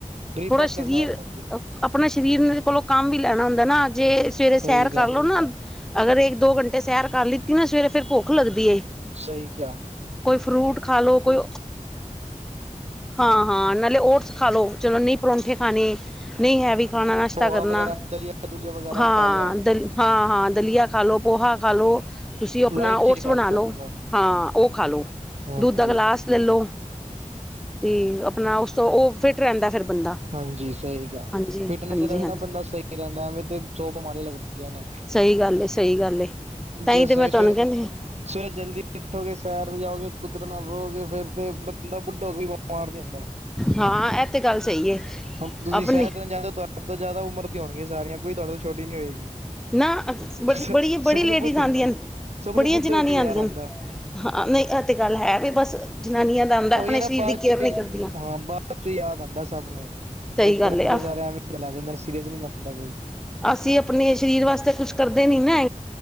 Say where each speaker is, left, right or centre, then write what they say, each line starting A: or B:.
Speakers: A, on the right; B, in the centre.
A: ਗਰੀਬ
B: ਥੋੜਾ
A: ਬਕਨ
B: ਸਰੀਰ
A: ਖਾਓ ਰਾਤ ਦੀ
B: ਆਪਣਾ ਸਰੀਰ ਨੇ ਕੋਲੋਂ ਕੰਮ ਵੀ ਲੈਣਾ ਹੁੰਦਾ ਨਾ ਦੇ ਸਵੇਰੇ ਸੈਰ
A: ਸਹੀ ਕਿਹਾ
B: ਕਰ ਲਵੋ, ਨਾ ਅਗਰ ਇਕ ਦੋ ਘੰਟੇ ਸੈਰ ਕਰ ਲੀ ਨਾ ਸਵੇਰੇ ਫੇਰ ਭੁੱਖ ਲੱਗਦੀ ਏ
A: ਸਹੀ ਕਿਆ।
B: ਕੋਈ ਫਰੂਟ ਖਾ ਲਓ ਕੋਈ ਹਾਂ-ਹਾਂ, ਨਾਲੇ ਓਟਸ ਖਾ ਲੋ ਚਲੋ ਨਹੀਂ ਪਰੌਂਠੇ ਖਾਣੇ ਨਹੀਂ ਹੈ, ਵੀ ਖਾਣਾ ਨਾਸ਼ਤਾ
A: ਪੋਹਾ
B: ਕਰਨਾ
A: ਵਗੈਰਾ ਦਲੀਆ ਦੁਲੀਆ ਵਗੈਰਾ
B: ਹਾਂ
A: ਖਾ ਲਿਆ
B: ਦਲ ਹਾਂ ਹਾਂ ਦਲੀਆ ਖਾਲੋ ਪੋਹਾ ਖਾਲੋ, ਤੁਸੀਂ ਆਪਣਾ
A: ਲਾਈਟ ਚੀਜ਼
B: ਓਟਸ
A: ਖਾ
B: ਬਣਾ ਲਓ,
A: ਮਤਲਬ
B: ਹਾਂ ਉਹ ਖਾ ਲਓ
A: ਹਾਂਜੀ
B: ਦ ਦਾ ਗਲਾਸ ਲੈ ਲੋ ਤੇ ਆਪਣਾ, ਉਸ ਤੋਂ ਉਹ ਫਿਟ ਰਹਿੰਦਾ ਫਿਰ ਬੰਦਾ
A: ਹਾਂਜੀ ਸਹੀ ਗਿਆ,
B: ਹਾਂਜੀ
A: ਫਿਟਨੈਸ
B: ਹਾਂਜੀ
A: ਦਾ
B: ਹਾਂਜੀ
A: ਨਾ ਬੰਦਾ ਸਹੀ ਰਹਿੰਦਾ, ਐਵੇਂ ਤੇ ਸੋ ਬਿਮਾਰੀਆਂ ਲੱਗਦੀਆਂ ਨੇ
B: ਸਹੀ ਗੱਲ ਏ ਸਹੀ ਗੱਲ ਏ ਤਾਂ
A: ਜ
B: ਹੀ ਤੇ
A: ਸ
B: ਮੈਂ ਤੁਹਾਨੂੰ
A: ਫਿਰ
B: ਕਹਿੰਦੀ
A: ਸਵੇਰੇ ਜਲਦੀ ਉੱਠੋਗੇ ਸੈਰ ਜਾਓਗੇ ਕੁਦਰਤ ਨਾਲ ਰਹੋਗੇ, ਫੇਰ ਤੇ ਬੰਦਾ ਬੁੱਢੋ ਵੀ ਬਿਮਾਰ ਨਹੀਂ ਹੁੰਦਾ
B: ਹਾਂ, ਇਹ ਤੇ ਗੱਲ ਸਹੀ। ਏ
A: ਹੁਣ ਤੁਸੀਂ
B: ਆਪਣੀ
A: ਸੈਰ ਕਰਨ ਜਾਂਦੇ ਹੋ, ਤੁਹਾਡੇ ਤੋਂ ਜ਼ਿਆਦਾ ਉਮਰ ਦੀ ਹੋਣਗੀਆਂ ਸਾਰੀਆਂ, ਕੋਈ ਤੁਹਾਡੇ ਤੋਂ ਛੋਟੀ ਨੀ ਹੋਏਗੀ।
B: ਨਾ
A: ਸ-
B: ਬੜੀ ਬੜੀ
A: ਸਭ
B: ਲੇਡੀਜ਼
A: ਨੂੰ ਬੁੱਢੇ
B: ਆਂਦੀਆਂ ਹਨ,
A: ਸਭ
B: ਬੜੀਆਂ
A: ਨੂੰ ਬੁੱਢੇ
B: ਜਨਾਨੀਆਂ
A: ਹੋ ਕੇ ਯਾਦ
B: ਆਂਦੀ
A: ਆਉਂਦਾ
B: ਅਣ- ਹਾਂ ਨਹੀਂ ਇਹ ਤੇ ਗੱਲ ਹੈ, ਵੀ ਬਸ ਜਨਾਨੀਆਂ ਦਾ ਆਦਾ
A: ਉਹੀ
B: ਆਪਣੇ
A: ਨਾ
B: ਸਰੀਰ
A: ਬਾਅਦ
B: ਦੀ ਕੇਅਰ
A: ਚ
B: ਨਹੀਂ
A: ਹੀ
B: ਕਰਦੀਆਂ।
A: ਹਾਂ ਬਾਅਦ ਚ ਯਾਦ ਆਦਾ ਸਭ ਨੂੰ,
B: ਸਹੀ
A: ਬਚਪਨ
B: ਗੱਲ ਏ ਆ
A: ਤਾਂ ਸਾਰੇ ਐਵੇਂ ਚਲਾ ਜਾਂ ਸੀਰੀਅਸ ਨੀ ਲੈਣਦਾ ਕੋਈ
B: ਅਸੀਂ ਆਪਣੇ ਸਰੀਰ ਵਾਸਤੇ ਕੁਛ ਕਰਦੇ ਨੀ ਨਾ